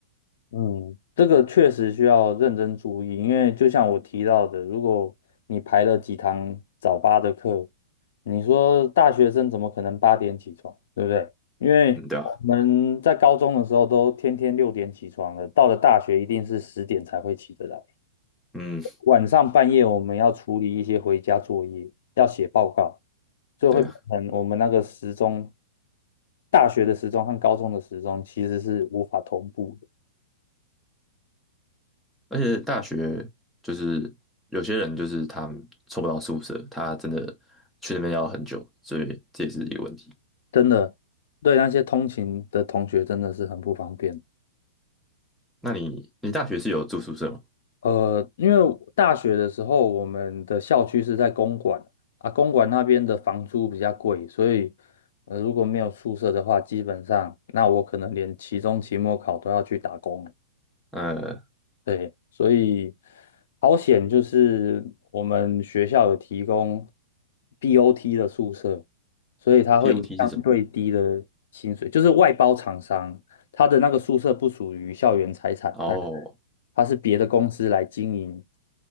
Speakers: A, on the left (about 55°); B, in the centre.
A: 嗯，这个确实需要认真注意，因为就像我提到的，如果你排了几堂早八的课，你说大学生怎么可能八点起床，对不对？因为我们在高中的时候都天天六点起床了，
B: 嗯，对啊，
A: 到了大学一定是十点才会起得来。
B: 嗯，
A: 晚上半夜我们要处理一些回家作业，要写报告，所以会变成我们那个时钟，
B: 对啊。
A: 大学的时钟和高中的时钟其实是无法同步。
B: 而且大学就是有些人就是他凑不到宿舍，他真的去那边要很久，所以这也是一个问题。
A: 真的，对那些通勤的同学真的是很不方便。
B: 那你你大学是有住宿舍吗？
A: 呃，因为大学的时候，我们的校区是在公馆啊，公馆那边的房租比较贵，所以呃，如果没有宿舍的话，基本上那我可能连期中、期末考都要去打工。
B: 呃
A: 对，所以好险就是我们学校有提供 BOT 的宿舍，所以它会以相对低的薪水，
B: ，POT 是什么？
A: 就是外包厂商，它的那个宿舍不属于校园财产，
B: 哦，
A: 但它是别的公司来经营，